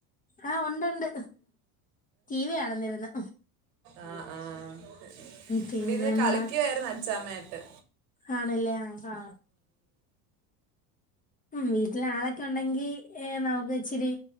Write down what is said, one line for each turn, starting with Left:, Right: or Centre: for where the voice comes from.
Left: ആഹ് ഉണ്ടണ്ട് ടിവി കാണുന്നേരിന്ന്.
Right: ആഹ ആഹ
Left: പിന്നെന്താ
Right: ഇടിരുന്ന് കളിക്കുവായിരുന്നു അച്ചാമ്മയയിട്ട്.
Left: ആണല്ലേ ആ ആ. ഉം വീട്ടിലളൊക്കെ ഉണ്ടെങ്കി നമുക്ക് ഇച്ചിരി